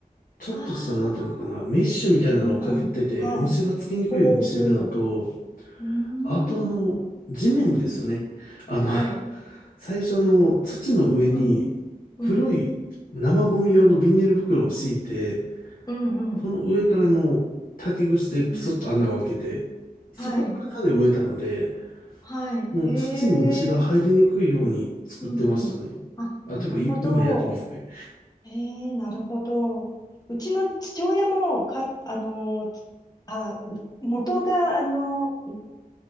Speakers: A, on the left; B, on the left.
A: ちょっとした、
B: あ
A: なんていうのかな、
B: あ、
A: メッシュみたいなのをかけてて、
B: うんうん。はい。
A: 虫がつきにくいようにしてるのと、
B: ほうほう。うーん。
A: あとあの、地面ですね。あの、
B: はい。
A: 最初の土の上に
B: うん。うん。
A: 黒い生ゴミ用のビニール袋を敷いて、
B: うんうん。
A: その上からの竹串でプスッと穴を開けて、
B: うん。
A: そこから種を植えたので、
B: はい。はい。
A: もう土に虫が入りにくいように作ってましたね。
B: へえ。うんうん。あ、
A: あ、
B: なるほど。
A: というか、い今やってますね。
B: へえ、なるほど。うちの父親も、か、あの、あ、元が、あの、